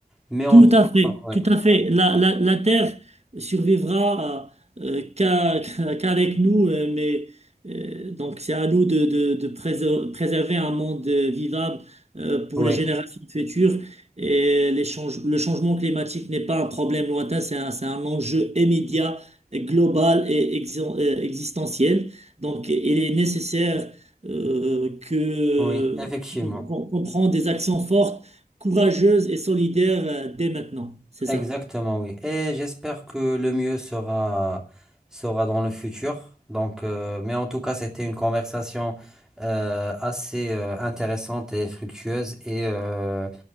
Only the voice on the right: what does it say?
Tout
à fait,
tout à fait. La, la, la Terre survivra euh, qu'à- <laughs> qu'à- qu'avec nous, euh, mais euh, donc c'est à nous de, de, de préser- préserver un monde euh, vivable euh, pour
les générations futures. Et les change- le changement climatique n'est pas un problème lointain, c'est un, c'est un enjeu immédiat, et global et exi- euh, existentiel. Donc il est nécessaire euh, que
qu'on qu'on- qu'on prenne des actions fortes courageuse et solidaire euh, dès maintenant. C'est
ça.